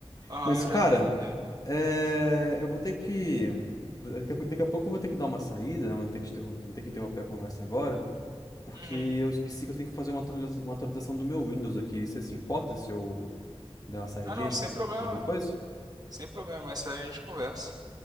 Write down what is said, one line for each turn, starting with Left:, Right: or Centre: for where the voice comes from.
Right: aham,
Left: Mas, cara,
Right: já até anotei.
Left: é, eu vou ter que. Daqui a, pou- daqui a pouco eu vou ter que dar uma saída, né? Vou ter que, interrom- vou ter que interromper a conversa agora, porque
Right: Uhum.
Left: eu esqueci que eu tenho que fazer uma atualiza- uma atualização do meu Windows aqui. Você se importa se eu der uma saidinha
Right: Ah, não,
Left: de
Right: sem problema,
Left: depois?
Right: sem problema, essa a gente conversa.